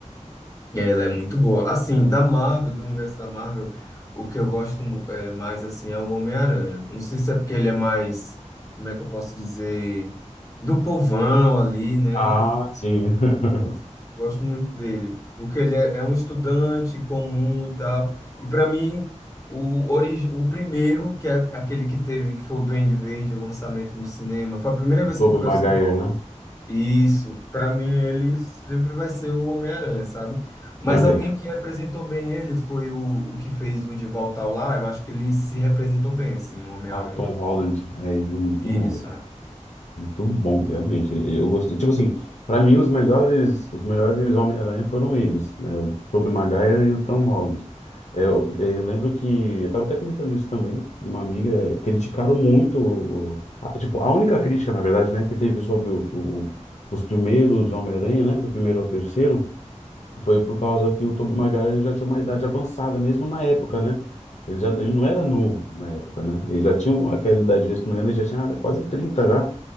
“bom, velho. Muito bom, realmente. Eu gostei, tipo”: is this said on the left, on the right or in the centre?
Left